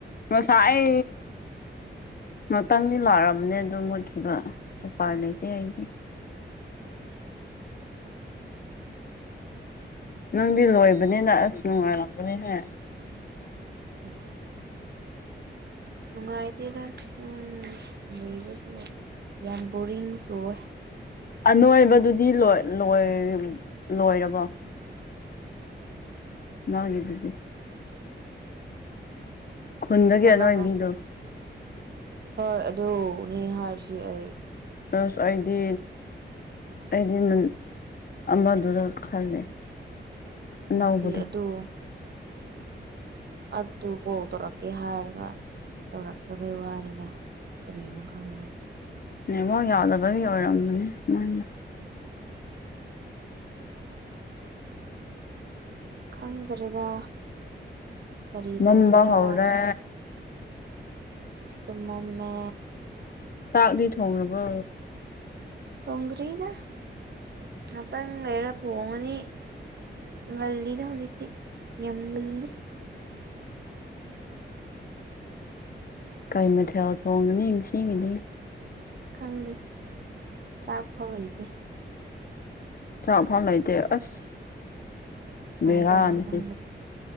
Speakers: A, on the left; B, on the right.
A: ꯃꯁꯥꯏ ꯉꯥꯛꯇꯪꯗꯤ ꯂꯥꯛꯑꯝꯅꯦ ꯑꯗꯨꯣ ꯃꯨꯠꯈꯤꯕ ꯎꯄꯥꯏ ꯂꯩꯇꯦ ꯑꯩꯗꯤ ꯅꯪꯗꯤ ꯂꯣꯏꯕꯅꯤꯅ ꯑꯁ ꯅꯨꯡꯉꯥꯏꯔꯝꯕꯅꯤꯍꯦ
B: ꯑ ꯅꯨꯡꯉꯥꯏꯗꯦꯗ ꯎꯝ ꯂꯩꯕ ꯁꯤꯕꯣ ꯌꯥꯝ ꯕꯣꯔꯤꯡꯁꯨ ꯑꯣꯏ
A: ꯑꯅꯣꯏꯕꯗꯨꯗꯤ ꯂꯣꯏ ꯂꯣꯏꯔꯕꯣ ꯃꯥꯦ ꯑꯗꯨꯗꯤ ꯈꯨꯟꯗꯒꯤ
B: ꯊꯕꯛꯅ
A: ꯑꯅꯋꯥꯏꯕꯤꯗꯣ
B: ꯍꯣꯏ ꯑꯗꯨ ꯅꯅꯤꯍꯥꯔꯁꯤ ꯑꯩ
A: ꯑꯁ ꯑꯩꯗꯤ ꯑꯩꯗꯤ ꯅ ꯑꯃꯗꯨꯗ ꯈꯜꯂꯦ ꯑꯅꯧꯕꯗꯣ
B: ꯅꯠꯇꯦ ꯑꯗꯨ ꯑꯗꯨ ꯑꯗꯨ ꯀꯣ ꯇꯔ ꯀꯦ ꯍꯥꯏꯒ ꯇꯧꯔꯛꯇꯕꯩ ꯋꯥꯅꯤꯗ ꯀꯔꯤꯅꯣ ꯈꯪꯗꯦ
A: ꯑꯦꯕ ꯌꯥꯗꯕꯒꯤ ꯑꯣꯏꯔꯝꯕꯅꯦ ꯃꯣꯏꯅ
B: ꯈꯪꯗ꯭ꯔꯦꯗ ꯀꯔꯤ
A: ꯃꯝꯕ
B: ꯇꯧꯁꯤꯦꯔꯥ
A: ꯍꯧꯔꯦ
B: ꯆꯨꯝ ꯃꯝꯃꯦ
A: ꯆꯥꯛꯇꯤ ꯊꯣꯡꯈꯕꯣ
B: ꯊꯣꯡꯒꯔꯤꯅꯦ ꯑꯇꯪ ꯃꯔ ꯊꯣꯡꯉꯅꯤ ꯉꯜꯂꯤꯗ ꯍꯧꯖꯤꯛꯇꯤ ꯅꯝꯒꯜꯂꯤ
A: ꯀꯩ ꯃꯊꯦꯜ ꯊꯣꯡꯉꯅꯤ ꯏꯒꯤꯅꯤ
B: ꯈꯪꯗꯦ ꯆꯥꯛꯐꯥꯎ ꯂꯩꯇꯦ
A: ꯆ ꯐꯥꯎ ꯂꯩꯗꯦ ꯑꯁ
B: ꯀꯃꯥꯏꯅ
A: ꯕꯦꯔꯥꯅꯤ
B: ꯇꯧꯅꯤ ꯈꯪꯗ꯭ꯔꯦ